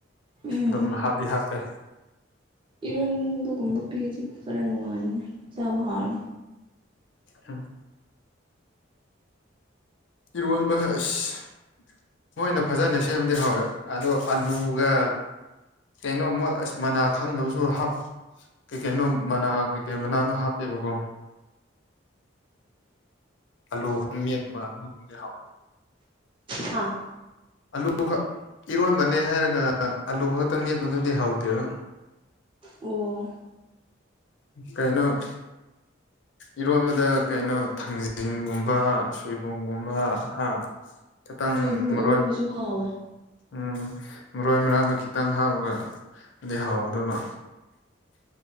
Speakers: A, on the right; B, on the left.
A: ꯎꯝ
B: ꯑꯗꯨꯝ ꯍꯥꯞꯄꯤ ꯍꯥꯞꯄꯦ
A: ꯏꯔꯣꯟꯕꯒꯨꯝꯕ ꯄꯤꯔꯤꯗꯤ ꯈꯔ ꯅꯨꯡꯉꯥꯏꯅꯤ ꯆꯥꯕ ꯍꯥꯎꯔꯅꯤ
B: ꯎꯝ ꯏꯔꯣꯟꯕ ꯑꯁ ꯃꯣꯏꯅ ꯐꯖꯅ ꯁꯦꯝꯃꯗꯤ ꯍꯥꯎꯋꯦ ꯑꯗꯣ ꯑꯂꯨꯒ ꯀꯩꯅꯣ ꯃꯣꯏ ꯑꯁ ꯃꯅꯥ ꯈꯪꯗꯕꯁꯨ ꯍꯥꯞ ꯀꯩꯀꯩꯅꯣ ꯃꯅꯥ ꯀꯩꯀꯩ ꯃꯅꯥꯅꯣ ꯍꯥꯞꯄꯦꯕꯀꯣ ꯑꯂꯨ ꯈꯛꯇꯪ ꯃꯦꯠꯄ ꯑꯗꯨꯕꯨꯗꯤ ꯍꯥꯎ
A: ꯍꯥꯥ
B: ꯑꯂꯨ ꯈꯛ ꯏꯔꯣꯟꯕꯅꯦ ꯍꯥꯏꯔꯒ ꯑꯂꯨ ꯈꯛꯇ ꯃꯦꯠꯄꯗꯨꯗꯤ ꯍꯥꯎꯇꯦꯕ
A: ꯑꯣ
B: ꯀꯩꯅꯣ ꯏꯔꯣꯟꯕꯗ ꯀꯩꯅꯣ ꯊꯥꯡꯖꯤꯡꯒꯨꯝ ꯕ ꯁꯣꯏꯕꯨꯝꯒꯨꯝꯕ ꯍꯥ ꯈꯤꯇꯪ
A: ꯁꯣꯏꯕꯨꯝ
B: ꯃꯛ
A: ꯏꯔꯣꯟꯕꯁꯨ ꯍꯥꯎꯋꯦ
B: ꯎꯝ ꯃꯔꯣꯏ ꯃꯔꯥꯡꯗꯣ ꯈꯤꯇꯪ ꯍꯥꯥꯞꯄꯒ ꯑꯗꯨꯗꯤ ꯍꯥꯎꯔꯗꯕ